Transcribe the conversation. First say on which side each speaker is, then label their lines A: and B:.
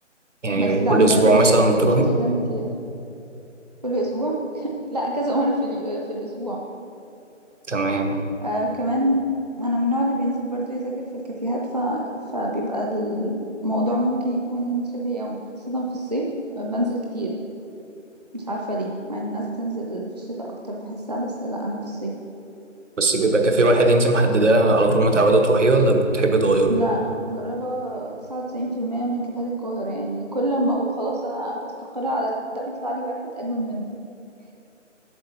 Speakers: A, on the right; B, on the right.
A: يعني
B: بس
A: كل
B: لا بجد
A: اسبوع
B: الاوبشنز
A: مثلا بتروحي
B: قدامي كتيره كل اسبوع لا كذا مره في الي- في الاسبوع
A: تمام
B: آه كمان انا من النوع اللي بينزل برضو يذاكر في الكافيهات ف... فبيبقى الموضوع ممكن يكون شبه يومي خاصة في الصيف آه، بنزل كتير مش عارفة ليه مع ان الناس بتنزل في الشتاء اكتر بحسها بس لا انا في الصيف
A: بس بيبقى كافيه واحد انت محدده على طول متعوده تروحيه ولا بتحبي تغيري
B: لا انا مجربة 99% من كافيهات القاهرة يعني كل ما اقول خلاص انا هستقر على ده بيطلع لي واحد اجمد منه